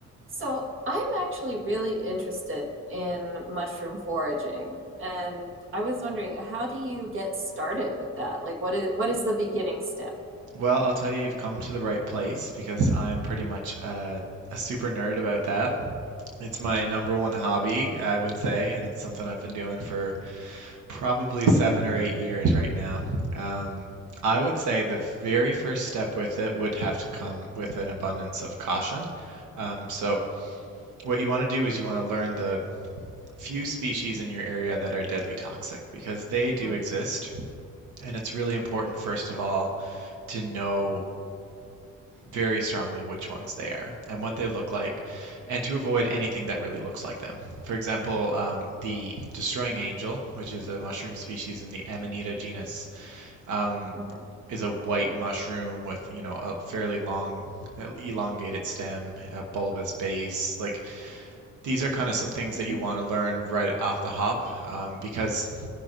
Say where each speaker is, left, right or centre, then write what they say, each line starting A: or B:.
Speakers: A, on the right; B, on the right.
A: So I'm actually really interested in mushroom foraging, and I was wondering, how do you get started with that? Like, what is what is the beginning step?
B: Well, I'll tell you, you've come to the right place because I'm pretty much uh, a super nerd about that. It's my number one hobby, I would say, and it's something I've been doing for probably seven or eight years right now. Um, I would say the very first step with it would have to come with an abundance of caution. Um, so, what you want to do is you want to learn the few species in your area that are deadly toxic because they do
A: Mm-hmm.
B: exist. And it's really important, first of all, to know very strongly which ones they are and what they look like, and to avoid anything that really looks like them. For example, um, the destroying angel, which is a mushroom species in the Amanita genus, um,
A: Mm-hmm.
B: is a white mushroom with, you know, a fairly long, uh, elongated stem, a bulbous base. Like these are kind of some things that
A: Mm-hmm.
B: you want to learn right off the hop um, because